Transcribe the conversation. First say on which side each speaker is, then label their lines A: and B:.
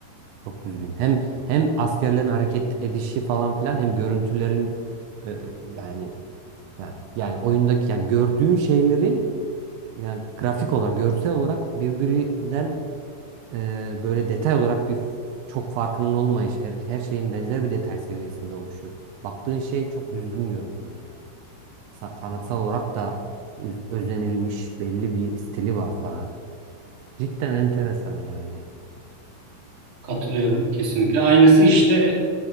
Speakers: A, on the right; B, on the right.
A: Çok düzgün. Hem hem askerlerin hareket edişi falan filan hem görüntülerin e, yani yani yani oyundaki yani gördüğün şeylerin yani grafik olarak görsel olarak birbirinden e, böyle detay olarak bir çok farkının olmayışı her, her şeyin benzer bir detay seviyesinde oluşu. Baktığın şey çok düzgün görünüyor yani. Sa- sanatsal olarak da üz- özenilmiş belli bir stili var falan. Cidden enteresan yani.
B: Katılıyorum kesinlikle. Aynısı işte